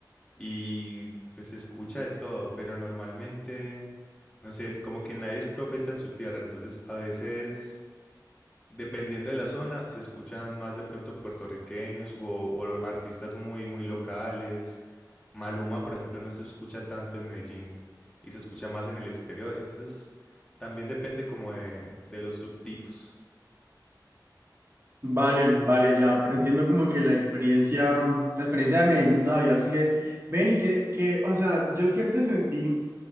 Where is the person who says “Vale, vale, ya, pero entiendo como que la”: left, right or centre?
Right